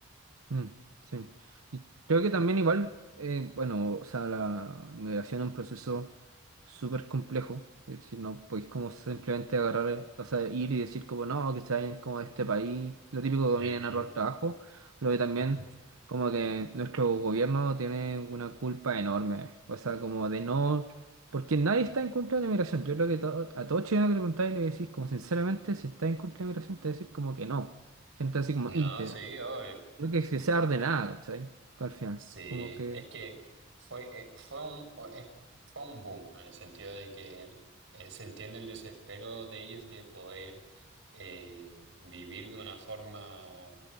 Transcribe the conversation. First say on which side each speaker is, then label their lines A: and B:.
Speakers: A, on the right (about 80°); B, on the right (about 60°).
A: Mm, sí. Y creo que también igual, eh, bueno, o sea, la migración es un proceso súper complejo. Es decir, no podéis como simplemente agarrar, eh, o sea, ir y decir como no, que se vayan como a este país. Lo típico
B: Ujú.
A: que vienen a robar trabajo. Lo que también
B: <laughs>
A: como que nuestro gobierno tiene una culpa enorme. O sea, como de no... Porque nadie está en contra de la migración. Yo creo que to- a todo chileno que le preguntáis le decís como sinceramente, si está en contra de la migración, te va a decir como que no. Gente así como
B: No,
A: íntegra.
B: sí, obvio.
A: Creo que, es que sea ordenada, ¿cachai? Al final,
B: Sí,
A: como que...
B: es que fue, eh, fue un, o- es- fue un boom en el sentido de que el- eh, se entiende el desespero de ellas de poder eh, vivir de una forma